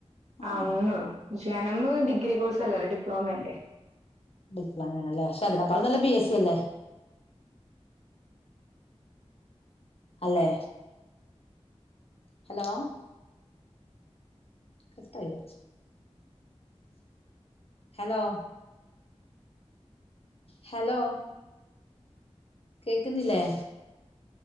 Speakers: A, on the right (about 75°); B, on the left (about 60°).
A: ആ
B: ആഹ്
A: മൂന്നൊള്ളു ‌ജി എൻ എം ഡിഗ്രി കോഴ്സല്ലല്ലോ ഡിപ്ലോമ അല്ലേ.
B: ഡിപ്ലോമ ആണല്ലേ പക്ഷെ അതിനേക്കാളുംനല്ലത് ബി എസ് സി അല്ലേ അല്ലേ ഹലോ കട്ടയോ ഹലോ ഹലോ കേക്കുന്നില്ലേ